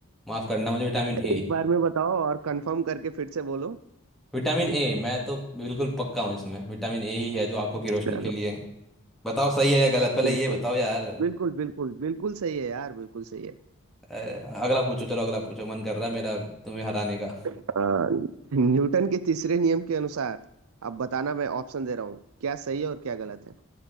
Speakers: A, in the centre; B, on the right.
A: माफ करना मुझे विटामिन ए
B: एक बार में बताओ और कंफर्म करके फिर से बोलो
A: विटामिन ए मैं तो बिल्कुल पक्का हूँ इसमें विटामिन ए ही है जो आंखों की रोशनी
B: चलो
A: के लिए बताओ सही है या गलत पहले
B: बिल्कुल
A: ये बताओ यार
B: बिल्कुल बिल्कुल बिल्कुल सही है यार बिल्कुल सही है
A: अ, अगला पूछो चलो अगला पूछो मन कर रहा है मेरा तुम्हें हराने का
B: अ, न्यूटन के तीसरे नियम के अनुसार अब बताना मैं ऑप्शन दे रहा हूँ क्या सही है और क्या गलत है